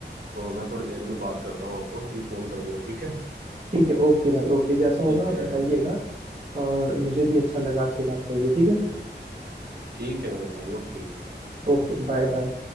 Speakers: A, on the right; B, on the right.
A: तो मैं थोड़ी देर में बात करता हूँ आपको अभी फोन करूंगा ठीक है
B: ठीक है ओके भाई ओके जैसा
A: ठीक
B: होगा आप
A: है
B: बताइएगा
A: ओके
B: और मुझे
A: हम्म
B: भी अच्छा
A: हम्म,
B: लगा आपसे बात करके ठीक है
A: ठीक है मेरे भाई ओके
B: Okay bye bye